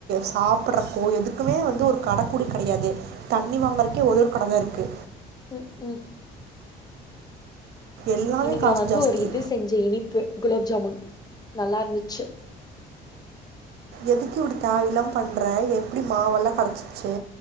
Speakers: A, on the right (about 70°); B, on the left (about 25°).
A: சாப்பிடறதுகோ எதுக்குமே வந்து ஒரு கட கூட கிடையாது தண்ணி வாங்கற்கே ஒரே ஒரு கட தான் இருக்கு
B: ம் ம்
A: எல்லாமே
B: இன்னிக்கு
A: காசு
B: நான் வந்து
A: ஜாஸ்தி
B: ஒரு இது செஞ்சேன் இனி குலோப் ஜாமுன் நல்லா இருந்துச்சு
A: எதுக்கு இப்டி தேவயில்லாம பண்ற எப்படி மாவெல்லாம் கடைச்சிச்சு